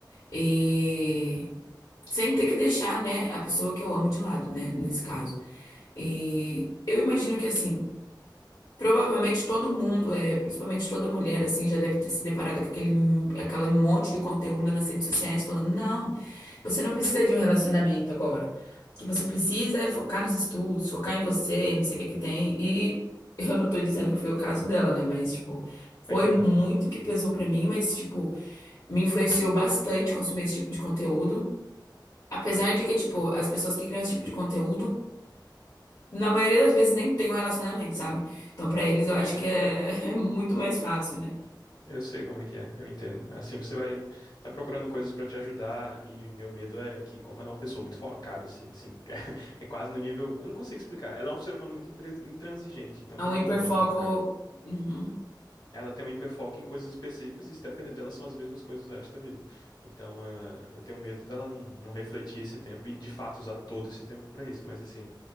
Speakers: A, on the left; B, on the left.
A: e sem ter que deixar, né, a pessoa que eu amo de lado, né, nesse caso. E eu imagino que assim, provavelmente todo mundo, é, principalmente toda mulher assim, já deve ter se deparado com aquele, aquele monte de conteúdo nas redes sociais falando, não, você não precisa de um relacionamento agora. O que você precisa é focar nos estudos, focar em você, não sei o que que tem. E eu não tô dizendo que foi o caso dela, né? Mas, tipo, foi
B: Tô entendendo.
A: muito que pesou pra mim, mas, tipo, me influenciou bastante consumir esse tipo de conteúdo. Apesar de que, tipo, as pessoas que criam esse tipo de conteúdo, na maioria das vezes nem tem um relacionamento, sabe? Então, pra eles, eu
B: Não,
A: acho
B: é,
A: que é,
B: é,
A: <laughs> é muito mais fácil, né?
B: Eu sei como é que é, eu entendo. Assim você vai, vai procurando coisas pra te ajudar e meu medo é que como ela é uma pessoa muito focada assim, assim, <laughs> é quase no nível, eu não consigo explicar. Ela é um ser humano muito intran- intransigente, então
A: É
B: quando
A: um
B: ela
A: hiperfoco.
B: bota uma coisa na cara,
A: Uhum.
B: ela tem um hiperfoco em coisas específicas e se depender dela são as mesmas coisas o resto da vida. Então, eh, eu tenho medo dela não, não refletir esse tempo e de fato usar todo esse tempo pra isso, mas assim,